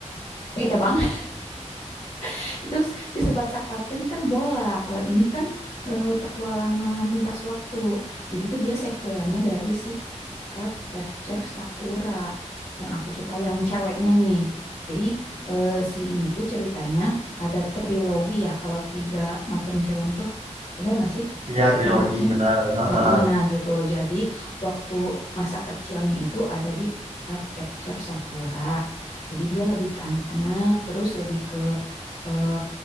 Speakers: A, on the left; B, on the right.
A: Beda banget. <laughs> Itu si Subatsa Captain kan bola. Kalau ini kan eh, petualangan lintas waktu. Jadi tuh dia sequelnya dari si Card Capture Sakura. Yang aku suka yang ceweknya nih. Jadi eh, si ini tuh ceritanya ada trilogi ya. Kalau tiga macam film tuh. Bener gak sih
B: Iya, trilogi
A: nyebutnya?
B: benar. Ha-ha.
A: Heeh, nah gitu. Jadi waktu masa kecilnya itu ada di Card Capture Sakura. Jadi dia lebih ke anak-anak, terus lebih ke eh,